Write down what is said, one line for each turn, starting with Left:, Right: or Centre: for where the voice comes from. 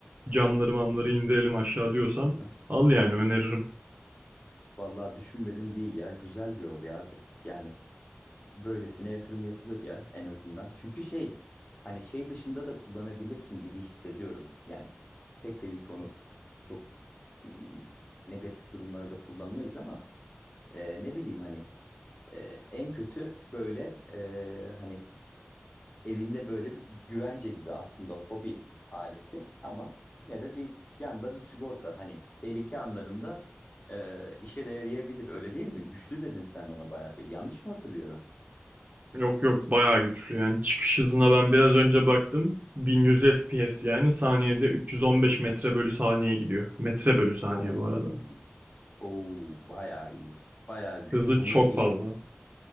Right: Camları mamları indirelim aşağı diyorsan
Left: hı hı.
Right: al yani öneririm.
Left: Vallahi düşünmedim değil ya. Güzel bir hobi abi. Yani böylesine yatırım yapılır ya en azından. Çünkü şey hani şey dışında da kullanabilirsin gibi hissediyorum. Yani pek tabii ki onu çok ım, negatif durumlarda kullanmayız ama e, ne bileyim hani e, en kötü böyle e, hani evinde böyle bir güvence gibi aslında hobi aleti ama yine de bir yanda bir sigorta hani tehlike anlarında e, işe de yarayabilir öyle değil mi? Güçlü dedin sen ona bayağı bir yanlış mı hatırlıyorum?
Right: Yok yok bayağı güçlü yani çıkış hızına ben biraz önce baktım. 1100 FPS yani saniyede 315 metre bölü saniye gidiyor. Metre bölü saniye
Left: Oo,
Right: bu arada.
Left: oo bayağı iyi. Bayağı güçlü.
Right: Hızı
Left: Bunun
Right: çok
Left: şeyi
Right: fazla.